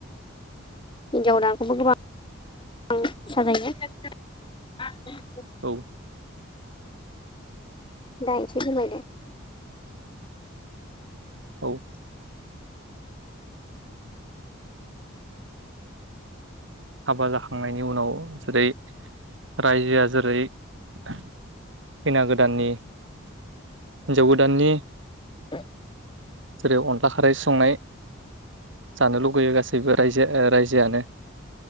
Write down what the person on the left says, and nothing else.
हिनजाव गोदानखौबो गोबां साजायो
दा एसे सोलायबाय
<inaudible>